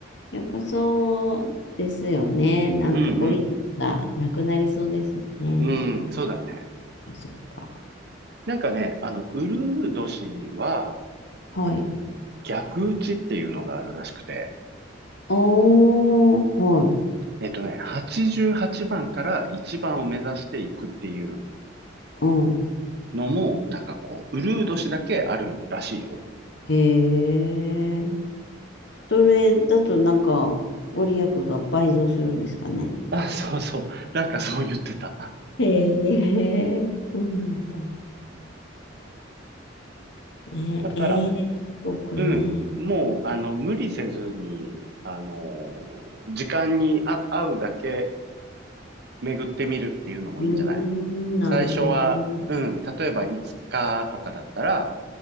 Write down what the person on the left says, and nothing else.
やっぱそうですよね。なんかゴリラがなくなりそうですもん
ね。
そっか。
はい。
おー、はい。
うん。
へえ。それだとなんかご利益が倍増するんですかね。
へえ、そうなんだ。ね、
ええ、四国ね。
う
ーん、なるほど。